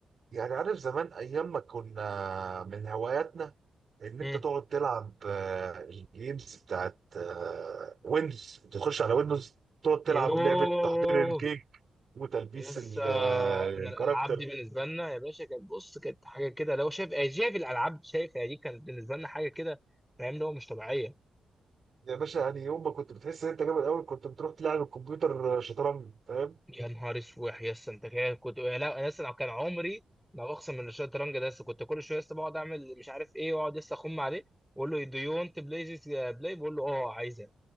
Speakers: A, on the right; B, in the centre.
A: يعني عارف زمان ايام ما كنا من هواياتنا ان انت
B: مم.
A: تقعد تلعب آه، الجيمز بتاعت آه، ويندوز تخش على ويندوز تقعد تلعب
B: يوه
A: لعبه تحضير الكيك وتلبيس
B: لسه
A: ال- آه، الكاركتر
B: انا الالعاب دي بالنسبه لنا يا باشا كانت بص كانت حاجه كده لو شايف آه، شايف الالعاب شايف يعني دي كانت بالنسبه لنا حاجه كده فاهم اللي هو مش طبيعيه
A: يا باشا يعني يوم ما كنت بتحس ان انت جامد قوي كنت بتروح تلعب الكمبيوتر شطرنج فاهم
B: يا نهار اسوح يا اسطى انت كده كنت يا لا انا لسه لو كان عمري لو اقسم من الشطرنج ده لسه كنت كل شويه لسه بقعد اعمل مش عارف ايه واقعد لسه اخم عليه واقول له دو يو ونت بلاي ذيس بلاي بقول له اه عايزه